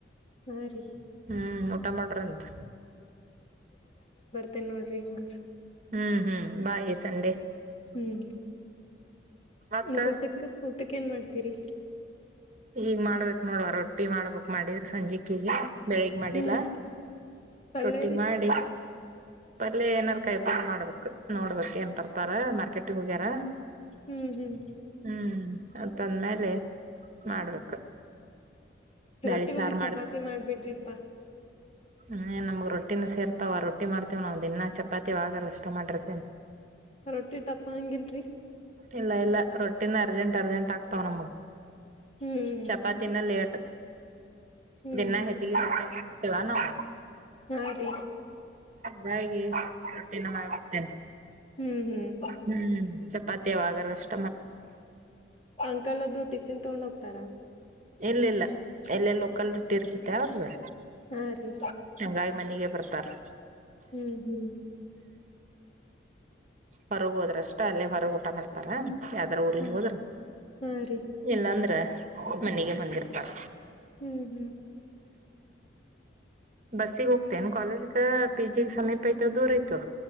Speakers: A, on the left (about 30°); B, on the right (about 40°).
A: ಹಾ ರೀ
B: ಹ್ಮ್ ಊಟ ಮಾಡ್ರಂತ
A: ತಿನ್ನೋಡಿರಿಂಗರ್
B: ಹ್ಮ್ ಹ್ಮ್ ಬಾಯ್ ಸಂಡೇ
A: ಹ್ಮ್
B: ಮತ್ತ
A: ಮೋಟಕ್ಕೆ ಹ ಅತ್ತಕ್ಕ ಏನ್ ಮಾಡ್ತೀರಿ
B: ಹ ಈಗ್ ಮಾಡ್ಬೇಕ್ ನೋಡುವ ರೊಟ್ಟಿ ಮಾಡ್ಬೇಕಕ್ ಮಾಡಿದ್ರ ಸಂಜಿಕೆಗೆ ಬೆಳಿಗ್ ಮಾಡಿಲ್ಲ
A: ಹ್ಮ್ ಪಲ್ಯ
B: ರೊಟ್ಟಿ
A: ರೀ
B: ಮಾಡಿ ಪಲ್ ಏನಾರ ಕೈಪಲ್ ಮಾಡ್ಬೇಕಕ್ ನೋಡ್ಬೇಕಕ್ ಏನ್ ತರ್ತಾರ ಮಾರ್ಕೆಟ್ಗ ಹೋಗ್ಯಾರ.
A: ಹ್ಮ್ ಹ್ಮ್
B: ಹ್ಮ್ ತಂದ. ಪ್ಲೇ. ಮಾಡ್ಬೇಕು. ಬ್ಯಾಳಿ
A: ರೊಟ್ಟಿ ಮದಿ
B: ಸಾರು
A: ಚಪಾತಿ ಮಾಡ್ಬಿಡ್ರಿಪ್ಪಾ.
B: ಹ ನಮ್ಗ್ ರೊಟ್ಟಿನ ಸೇರ್ತಾವ ರೊಟ್ಟಿ ಮಾಡ್ತೇವ್ ನಾವವು ದಿನಾ ಚಪಾತಿ ಆಾಗರ ಅಷ್ಟ ಮಾಡಿರ್ತೇನ್.
A: ರೊಟ್ಟಿ ಟಫ್ಗಿಲ್ರಿ.
B: ಇಲ್ಲ ಇಲ್ಲ ರೊಟ್ಟಿನ ಅರ್ಜೆಂಟ್ ಅರ್ಜೆಂಟ್ ಆಗ್ತವ ನಮಗ್.
A: ಹ್ಮ್
B: ಚಪಾತಿನ ಲೇಟ್.
A: ಹ್ಮ್
B: ದಿನಾ ಹೆಚ್ಚಿಗೆ ರೊಟ್ಟಿಯ ಮಾಡಡ್ತೇವ ನಾವು
A: ಹಾ ರೀ
B: ಚಾಗಿ ರೊಟ್ಟಿನ ಮಾಡ್ಬಿಡ್ತೇನೆ
A: ಹ್ಮ್ ಹ್ಮ್
B: ಹ್ಮ್. ಪತ್ಯವಾಗ ನ ಅಷ್ಟೆ.
A: ಅಂಕಲ್ ಅದು ಟಿಫ. ತಿನ್ ತಗೊಂಡ್ ಹೋಗ್ತಾರಾ.
B: ಇಲ್ಲ ಇಲ್ಲ ಎಲ್ಲ ಲೋಕಲ್ಟ್ಟ. ಬಿಟ್ಟಿರ್ತತೆ ಅವದೇ
A: ಹಾ ರೀ
B: ಸಂಂಗಾಯ ಮನೆಗೆ. ಬರ್ತಾರೆ.
A: ಹ್ಮ್ ಹ್ಮ್.
B: ಹೊರಗೆ ಹೋದ್ರಷ್ಟ ಅಲ್ಲೇ ಹೊರಗೆ ಊಟ ಮಾಡ್ತಾರ. ಯಾವ್ದಾರ ಊರಿಗೆರಿಗೆ
A: ಹ್ಮ್
B: ಹೋದ್ರ
A: ಹಾ ರೀ
B: ಇಲ್ಲಾ ಅಂದ್ರ. ಮನೆಗೆ ಬಂದಿರ್ತಾರ.
A: ಹ್ಮ್ ಹ್ಮ್
B: ಬಸ್ಸಗ್ ಹೋಗ್ತೇನ್ ಕಾಲೇಜ್ಗ ಪಿ ಜಿ ಸಮೀಪ ಆಯತು ದೂರ ಆಯ್ತು